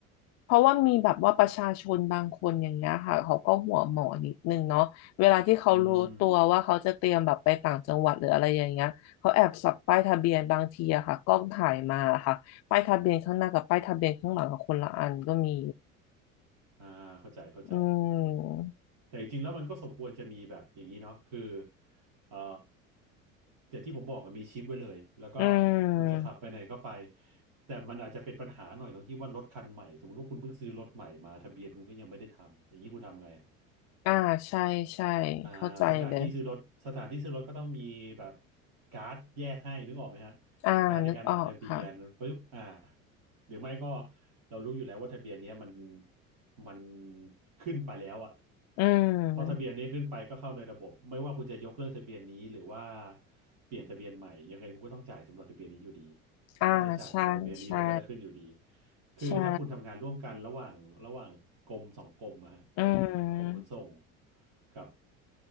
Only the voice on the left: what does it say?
เพราะว่ามีแบบว่าประชาชนบางคนอย่างเงี้ยค่ะเขาก็หัวหมอนิดนึงเนาะเวลาที่เขารู้ตัวว่าเขาจะเตรียมแบบไปต่างจังหวัดหรืออะไรอย่างเงี้ยเขาแอบสับป้ายทะเบียนบางทีอะค่ะกล้องถ่ายมาค่ะป้ายทะเบียนข้างหน้ากับป้ายทะเบียนข้างหลังกับคนละอันก็มี
อืม
อืม
อ่าใช่ใช่เข้าใจเลย
อ่านึกออกค่ะ
อื
ม
อ่าใช่ใช่
ใช่อืม